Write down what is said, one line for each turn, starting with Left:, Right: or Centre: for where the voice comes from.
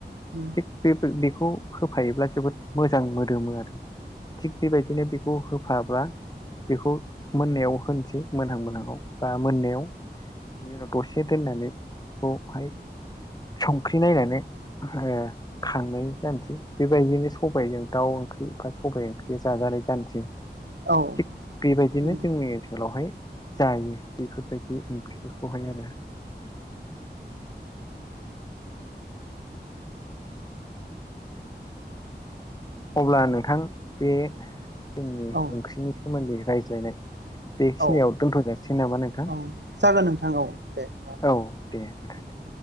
Right: उम
Left: थिग बे बेखौ होफायोब्ला जोबोद मोजां मोदोमो आरो थिग बेबायदिनो बेखौ होफाब्ला बेखौ मोननायाव होनोसै मोनहां मोनहांआव बा मोननायाव बिनि उनाव दसे दोननानै बेखौहाय संख्रि नायनानै ओ खांनाय जानोसै बेबायदिनो सबायजों दाउ ओंख्रि बा सबाय ओंख्रि जाजानाय जानोसै थिग
Right: औ
Left: बेबायदिनो
Right: नंगौ
Left: जोंनि ओनसोलावहाय जायो बेफोरबायदि ओंख्रिफोरखौहाय आरो अब्ला नोंथां बे जोंनि
Right: औ
Left: ओंख्रिनि सोमोन्दै रायज्लायनाय बेखिनियाव
Right: औ
Left: दोनथ जासिगोन नामा नोंथां
Right: औ जागोन नोंथां औ दे होमबा
Left: औ दे नोंथां दे